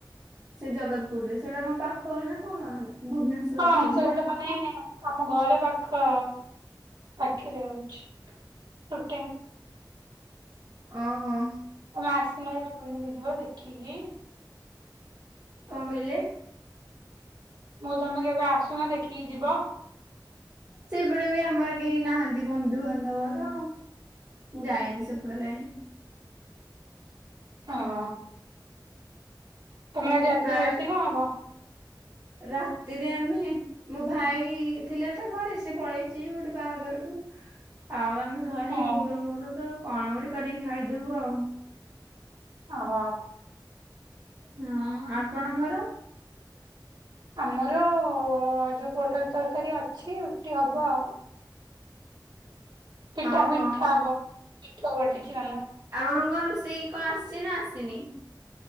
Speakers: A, on the right (about 45°); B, on the right (about 70°).
A: ସେଇ ଜଗତପୁର ରେ ସେଇଉଟା କଣ ପାଖହୁଏ ନା? କଣ ଭୁବନେଶ୍ଵରରୁ
B: ହଁ ସେହୋଚ
A: ନା
B: ତମେ। ଆମ ଘରେ ପାଖ ପାଖରେ ହେଉଚି ସୁଟିଂଙ୍ଗ୍।
A: ଓ ହୋ।
B: ତମେ ଆସୁନ ବୁଲିିକି ଯିବ ଦେଖିକି।
A: କଣ କହିଲେ?
B: ମୁଁ ତମେ କେବେ ଆସୁନ ଦେଖିକି ଯିବ।
A: ସେପଟେ ବି ଆମର କେହି ନାହାନ୍ତି ବନ୍ଧୁବାନ୍ଧବ ତ ଯାଇନି ସେପଟ ଲାଇନି।
B: ହଁ। ତମର ଆଜି ରାତିରେ
A: ପ୍ରାୟ
B: ରୋଷେଇ କଣ ହବ?
A: ରାତିରେ ଆମେ ମୋ ଭାଇ ଥିଲେ ତ ଘରେ ସିଏ ପଳେଇଚି ଗୋଟେ ବାହାଘରକୁ ଆଉ ଆମେ ଘରେ
B: ହଁ
A: ବୋଉର ମୋର ତ କଣ ଗୋଟେ କରିକି ଖାଇଦବୁ ଆଉ।
B: ଓହୋ।
A: ହଁ ଆପଣଙ୍କର?
B: ଆମର ଯୋଉ ପୋଟଳ ତରକାରୀ ଅଛି ରୁଟି ହବ ଆଉ। ପିଠା
A: ଓହୋ
B: ଫିଠା ହବ ପିଠୋଉ ବଟିକି ନେନେ।
A: ଆପଣଙ୍କ ରୋଷେଇ କଣ ଆସିଛି ନା ଆସିନି?